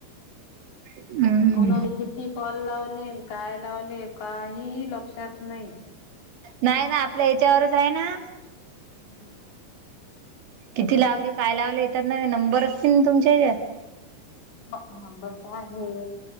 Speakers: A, on the right (about 85°); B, on the left (about 85°).
A: हम्म
B: कोणाली कती,? कल लावले काय लावले काहीही लक्षात नाही
A: नाही ना आपल्या याच्यावरच आहे ना
B: हम्म
A: किती लावले काय लावले येतात ना नंबर असतील ना तुमच्या हच्यात
B: म नंबरस आहे